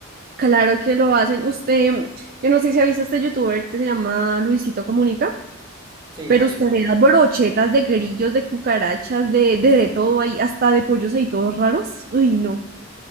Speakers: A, on the right (about 45°); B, on the right (about 20°).
A: Claro que lo hacen. Usted, yo no sé si ha visto este youtuber que se llama Luisito Comunica,
B: Sí,
A: pero
B: lo he
A: usted
B: visto.
A: ve las brochetas de grillos, de cucarachas, de, de, de todo ahí, hasta de pollos ahí todos raros. Uy, no.